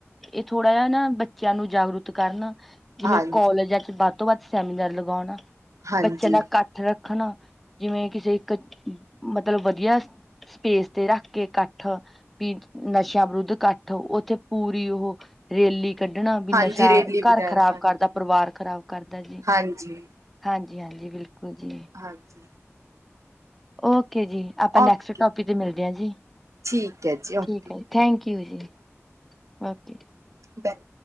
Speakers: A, in the centre; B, on the right.
A: ਇਹ ਥੋੜ੍ਹਾ ਜਿਹਾ ਨਾ ਬੱਚਿਆਂ ਨੂੰ ਜਾ ਜਾਗਰੂਤ ਕਰਨਾ। ਜਿਵੇਂ
B: ਹਾਂਜੀ
A: ਕਾਲਜਾਂ ਚ ਵੱਧ ਤੋਂ ਵੱਧ ਸੈਮੀਨਾਰ ਲਗਾਉਣਾ।
B: ਹਾਂਜੀ
A: ਬੱਚਿਆਂ ਨਾਲ ਘੱਟ ਰੱਖਣਾ। ਜਿਵੇਂ ਕਿਸੇ ਇੱਕ ਮਤਲਬ ਵਧੀਆ ਸਪੇਸ ਤੇ ਰੱਖ ਕੇ ਇਕੱਠ, ਵੀ ਨਸ਼ਿਆਂ ਵਿਰੁੱਧ ਇਕੱਠ, ਉੱਥੇ ਪੂਰੀ ਉਹ ਰੇਲੀ। ਕੱਢਣਾ ਵੀ
B: ਹਾਂਜੀ
A: ਨਸ਼ਾ
B: ਰੇਲੀ
A: ਘਰ
B: ਵਗੈਰਾ
A: ਖ਼ਰਾਬ
B: ਹਾਂਜੀ
A: ਕਰਦਾ, ਪਰਿਵਾਰ ਖ਼ਰਾਬ ਕਰਦਾ ਜੀ
B: ਹਾਂਜੀ
A: ਹਾਂ। ਜੀ, ਹਾਂਜੀ। ਬਿਲਕੁਲ ਜੀ
B: ਹਾਂਜੀ।
A: ਓਕੇ ਜੀ, ਆਪਾਂ ਨੈਕਸਟ
B: ਓਕੇ
A: ਟੋਪਿਕ ਤੇ ਮਿਲਦੇ ਹਾਂ ਜੀ।
B: ਠੀਕ ਹੈ ਜੀ ਓਕੇ
A: ਠੀਕ ਹੈ ਜੀ, ਥੈਂਕ ਯੂ ਜੀ, ਓਕੇ।
B: ਬੈਕ।